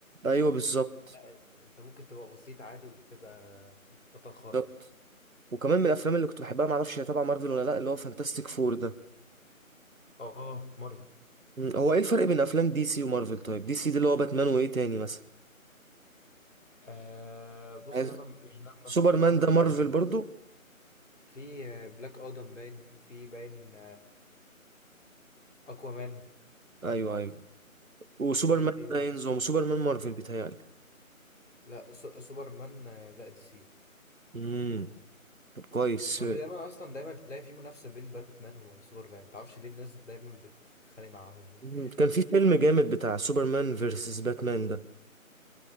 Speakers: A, on the right; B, on the left.
A: أيوه بالظبط
B: لا، انت ممكن تبقى بسيط عادي وبتبقى بطل خارق
A: بالظبط وكمان من الأفلام اللي كنت بحبها معرفش هي تبع مارفل ولا لأ اللي هو فانتاستيك فور ده
B: اه مارفل
A: مم، هو إيه الفرق بين أفلام دي سي ومارفل طيب دي سي دي اللي هو باتمان وإيه تاني مثلا
B: آه بص
A: عايز-
B: هو انا م- يعني انا
A: سوبرمان
B: ما بتفرجتش
A: ده مارفل
B: على دي
A: برضو
B: سي في آه، بلاك ادم باين وفي باين اكوامان
A: أيوه أيوه وسوبرمان
B: الحاجات دي
A: ده
B: و...
A: ينظم وسوبرمان مارفل بيتهيألي
B: لا سو... سوبرمان آه، لا دي سي
A: امم طب كويس
B: هو انت دايما اصلا دايما تلاقي في منافسه بين باتمان وسوبرمان متعرفش ليه الناس دايما بتتخانق معاهم يعني
A: مم. كان في فيلم جامد بتاع سوبرمان فيرسس باتمان ده